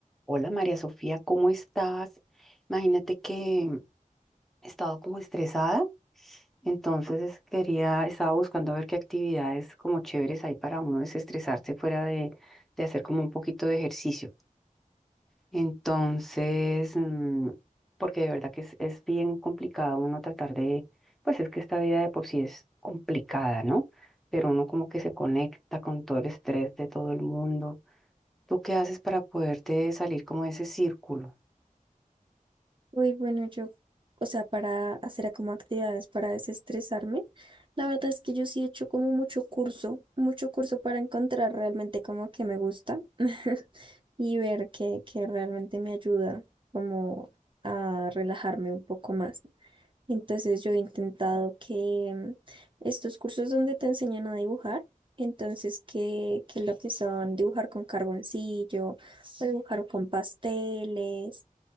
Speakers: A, in the centre; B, on the right.
A: Hola María Sofía, ¿cómo estás? Imagínate que he estado como estresada, entonces es- quería, estaba buscando a ver qué actividades como chéveres hay para uno desestresarse fuera de, de hacer como un poquito de ejercicio. Entonces, mm, porque de verdad que es, es bien complicado uno tratar de, pues es que esta vida de por sí es complicada, ¿no? Pero uno como que se conecta con todo el estrés de todo el mundo. ¿Tú qué haces para poderte salir como de ese círculo?
B: Uy, bueno, yo, o sea, para hacer como actividades para desestresarme, la verdad es que yo sí he hecho como mucho curso, mucho curso para encontrar realmente como que me gusta <laughs> y ver que, que realmente me ayuda como a relajarme un poco más. Entonces yo he intentado que mm, estos cursos donde te enseñan a dibujar, entonces que, que lo que son dibujar con carboncillo o dibujar con pasteles